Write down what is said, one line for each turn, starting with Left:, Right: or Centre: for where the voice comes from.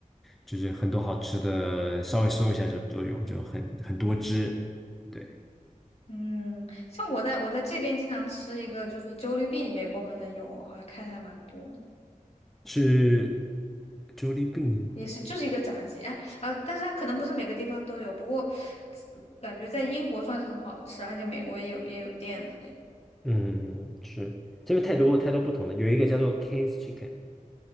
Centre: 就是很多好吃的，稍微搜一下就都有，就很很多汁。对，
Left: 嗯，像我在我在这边经常吃一个，就是 j l l b e 币，美国好像有，好像开的还蛮多的，
Centre: 是 Jollibee 是吗？
Left: 也是就是一个炸鸡，哎啊，但是它可能不是每个地方都有，不过自感觉在英国算是很好吃，而且美国也有也有店的那种
Centre: 嗯，是这边太多太多不同的，有一个叫做 King's Chicken，